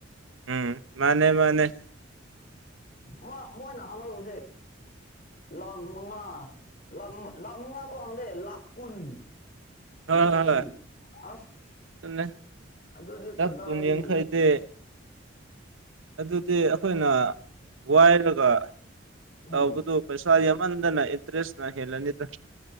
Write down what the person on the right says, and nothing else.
ꯎꯝ ꯃꯅꯦ ꯃꯥꯅꯦ
ꯍꯣꯏ
ꯍꯣꯏ
ꯑꯗꯨꯅꯦ
ꯂꯛ
ꯀꯨꯟ
ꯌꯥꯡꯈꯩꯗꯤ ꯑꯗꯨꯗꯤ ꯑꯩꯈꯣꯏꯅ ꯋꯥꯏꯔꯒ
ꯇꯧꯕꯗꯨꯣ ꯄꯩꯁꯥ ꯌꯥꯝꯃꯟ ꯑꯗꯨꯅ ꯏꯟꯇ꯭ꯔꯦꯁꯅ ꯍꯂꯅꯤꯗ꯭ꯔꯥ